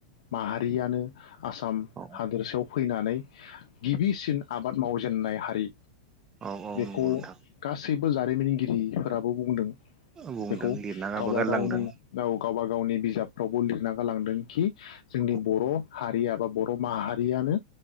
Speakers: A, on the left; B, on the right.
A: माहारियानो आसाम
B: औ
A: हादोरसायाव फैनानै गिबिसिन आबाद मावजेननाय हारि
B: औ औ
A: बेखौ
B: नंगौ नोंथां
A: गासै जारिमिनगिरिफोरा बुंदों
B: बुंदों
A: बेखौ।
B: लिरना गाबो
A: गावबा
B: गारलांदों
A: -गावनि राव गावबा -गावनि बिजाबफ्रावबो लिरना गालांदों खि जोंनि
B: औ
A: बर' हारिया बा बर' माहारियानो